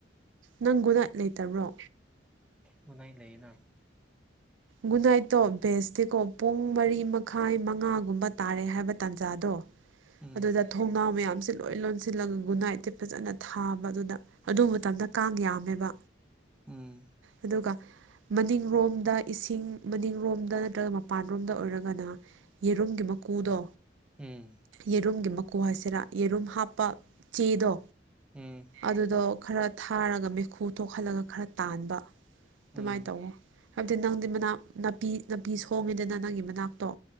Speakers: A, on the right; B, in the centre.
A: ꯅꯪ ꯒꯨꯠ ꯅꯥꯏꯠ ꯂꯩꯇꯕ꯭ꯔꯣ
B: ꯒꯨꯠ ꯅꯥꯏꯠ ꯂꯩꯌꯦꯅ
A: ꯒꯨꯠ ꯅꯥꯏꯠꯇꯣ ꯕꯦꯁꯇꯤꯀꯣ ꯄꯨꯡ ꯃꯔꯤ ꯃꯈꯥꯏ ꯃꯉꯥꯒꯨꯝꯕ ꯇꯥꯔꯦ ꯍꯥꯏꯕ ꯇꯥꯟꯖꯥꯗꯣ
B: ꯎꯝ
A: ꯑꯗꯨꯗ ꯊꯣꯡꯅꯥꯎ ꯃꯌꯥꯝꯁꯤ ꯂꯣꯏ ꯂꯣꯟꯁꯤꯜꯂꯒ ꯒꯨꯅꯥꯏꯠꯇꯤ ꯐꯖꯅ ꯊꯥꯕ ꯑꯗꯨꯗ ꯑꯗꯨ ꯃꯇꯝꯗ ꯀꯥꯡ ꯌꯥꯝꯃꯦꯕ
B: ꯎꯝ
A: ꯑꯗꯨꯒ ꯃꯅꯤꯡꯂꯣꯝꯗ ꯏꯁꯤꯡ ꯃꯅꯤꯡꯔꯣꯝꯗ ꯅꯠꯇ꯭ꯔꯒ ꯃꯄꯥꯟꯂꯣꯝꯗ ꯑꯣꯏꯔꯒꯅ ꯌꯦꯔꯨꯝꯒꯤ ꯃꯀꯨꯗꯣ
B: ꯎꯝ
A: ꯌꯦꯔꯨꯝꯒꯤ ꯃꯀꯨ ꯍꯥꯏꯁꯤꯔꯥ ꯌꯦꯔꯨꯝ ꯍꯥꯞꯄ ꯆꯦꯗꯣ
B: ꯎꯝ
A: ꯑꯗꯨꯗꯣ ꯈꯔ ꯊꯥꯔꯒ ꯃꯩꯈꯨ ꯊꯣꯛꯍꯜꯂꯒ ꯈꯔ ꯇꯥꯟꯕ ꯑꯗꯨꯃꯥꯏ
B: ꯎꯝ
A: ꯇꯧꯋꯣ ꯑꯗꯨ ꯅꯪꯗꯤ ꯃꯅꯥꯛ ꯅꯥꯄꯤ ꯅꯥꯄꯤ ꯁꯣꯡꯉꯦꯗꯅ ꯅꯪꯒꯤ ꯃꯅꯥꯛꯇꯣ